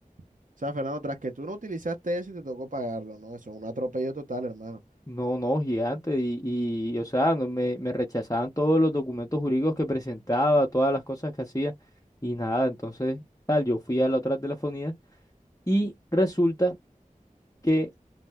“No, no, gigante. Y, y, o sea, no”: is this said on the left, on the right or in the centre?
Left